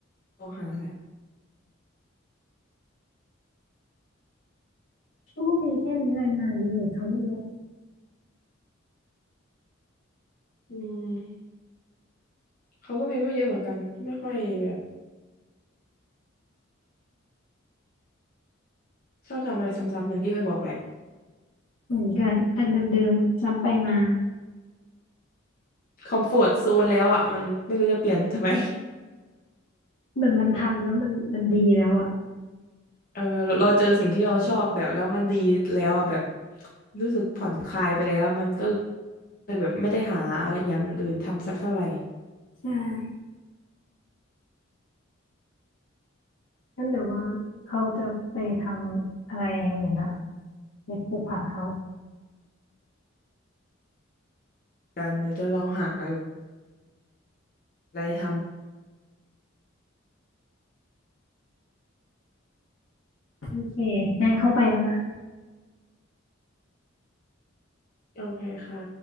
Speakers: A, on the left (about 45°); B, on the left (about 90°).
A: โทรหาแหละ
B: ก็มีแค่นี้รายงานเยอะเขาไม่เยอะ
A: อืมเขาก็มีไม่เยอะเหมือนกันไม่ค่อยแบบชอบทำอะไรซ้ำๆอย่างที่เคยบอกแหละ
B: เหมือนกันอันเดิมๆซ้ำไปมา
A: คอมฟอร์ตโซนแล้วอ่ะมันไม่รู้จะเปลี่ยนทำไม
B: เหมือนมันทำแล้วมันมันดีแล้วอ่ะ
A: <laughs> เออเราเราเจอสิ่งที่เราชอบแบบแล้วมันดีแล้วอ่ะแบบรู้สึกผ่อนคลายไปแล้วมันก็เลยแบบไม่ได้หาอะไรอย่างอื่นทำสักเท่าไหร่
B: ใช่งั้นเดี๋ยวว่าเขาจะไปทำอะไรอย่างอื่นละไปปลูกผักเขา
A: กันเดี๋ยวจะลองหาอะไรท
B: โอเคงั้นเข้าไปแล้วนะ
A: ำโอเคค่ะ